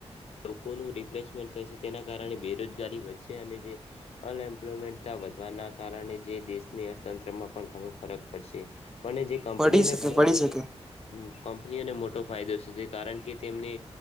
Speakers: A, on the left; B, in the centre.
A: લોકોનું રિપ્લેસમેન્ટ થશે તેના કારણે બેરોજગારી વધશે અને જે અનએમ્પ્લોયમેન્ટતા વધવાના કારણે જે દેશની અર્થતંત્રમાં પણ ઘણો ફરક પડશે. પણ એ જે કંપનીઓને
B: પડી શકે
A: ઘણો
B: પડી
A: મોટો
B: શકે
A: કંપનીઓને મોટો ફાયદો છે કારણ કે તેમને